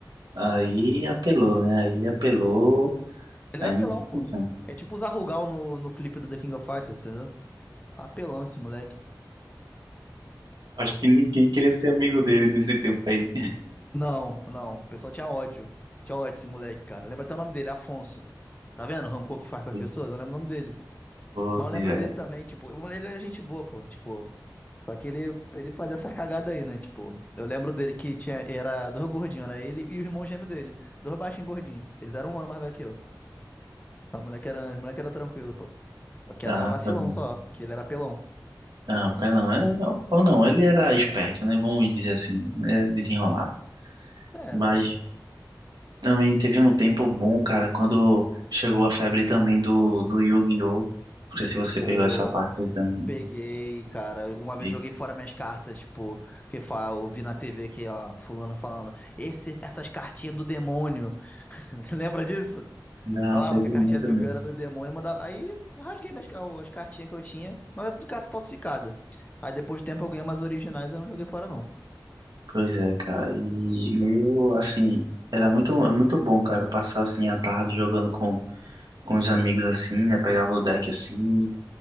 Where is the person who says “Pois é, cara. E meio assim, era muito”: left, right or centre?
Right